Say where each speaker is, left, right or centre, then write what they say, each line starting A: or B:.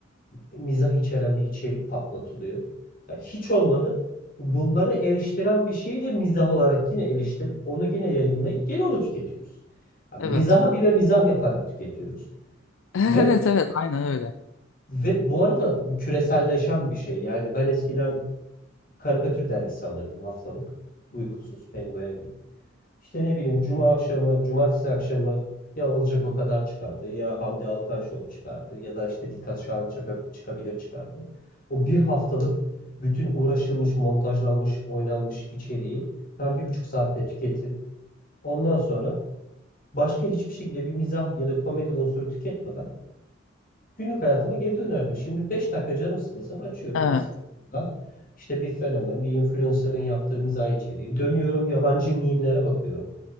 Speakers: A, on the left; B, on the left.
A: mizah içeren bir içerik patlatılıyor. Yani hiç olmadı. Bunları eleştiren bir şeyi de mizah olarak yine eleştirip onu yine yayınlayıp geri onu tüketiyoruz. Yani
B: Evet.
A: mizaha bile mizah yaparak tüketiyoruz.
B: <laughs>
A: Ve
B: Evet evet aynen öyle.
A: ve bu arada bu küreselleşen bir şey. Yani ben eskiden karikatür dergisi alırdım haftalık. Uykusuz Penguen gibi. İşte ne bileyim cuma akşamı, cumartesi akşamı ya Olacak o kadar çıkardı ya Hamdi Alkanşol çıkardı ya da işte Dikkat Şahin Çaka- çıkabilir çıkardı. O bir haftalık bütün uğraşılmış, montajlanmış, oynanmış içeriği ben bir buçuk saatte tüketip ondan sonra başka hiçbir şekilde bir mizah ya da komedi unsuru tüketmeden günlük hayatıma geri dönerdim. Şimdi 5 dakika canım sıkılsın açıyorum
B: Evet
A: Instagram'dan. İşte bir fenomen, bir influencer'ın yaptığı mizah içeriği. Dönüyorum yabancı mimlere bakıyorum.